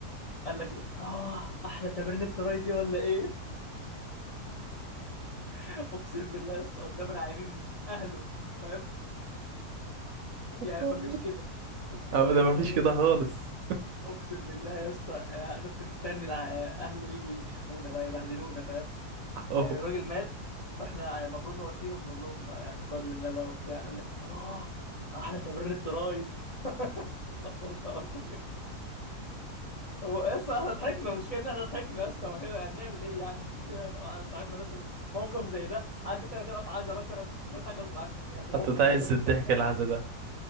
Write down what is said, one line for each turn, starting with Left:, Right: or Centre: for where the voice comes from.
Left: قال لك ايه اه احلى تمرين التراي دي ولا ايه <laughs> اقسم بالله يا اسطى قدام العينين اهله فاهم يعني
Right: <laughs>
Left: مفيش كده
Right: ابدا
Left: يا لهوي
Right: مفيش كده
Left: يا اسطى
Right: خالص
Left: اقسم بالله يا اسطى انا كنت مستني الع- اهله يجوا يفشخونا بقى يبهدلونا فاهم
Right: اهو
Left: يعني الراجل مات واحنا المفروض نواسيهم نقول لهم يعني بقدر الله بقى وبتاع قال لك اه احلى تمرين التراي <laughs> استغفر الله العظيم هو يس احنا ضحكنا المشكله ان احنا ضحكنا يس ما كده هنعمل ايه يعني <laughs> يعني آه، صاحبنا لازم موقف زي ده عارف انت لما تبقى في عزا مثلا تضحك غصب عنك يعني الموقف
Right: هتتعز
Left: ده بجد
Right: الضحك
Left: كان يعني
Right: العزا ده